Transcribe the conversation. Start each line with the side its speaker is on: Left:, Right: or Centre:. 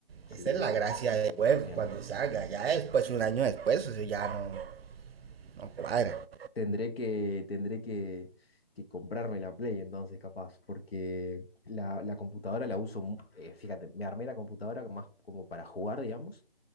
Right: Esa
Left: Sí,
Right: es la gracia
Left: 100%.
Right: del juego, cuando salga. Ya después, un año después, eso ya no, no cuadra.
Left: Tendré que, tendré que, que comprarme la Play entonces, capaz, porque la, la computadora la uso, mu- eh, fíjate, me armé la computadora más como para jugar, digamos,